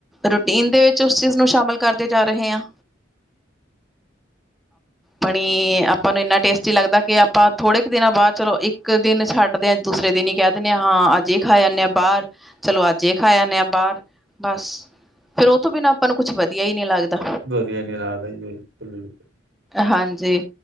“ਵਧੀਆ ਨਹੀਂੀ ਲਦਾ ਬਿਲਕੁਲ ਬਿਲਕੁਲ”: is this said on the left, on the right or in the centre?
Right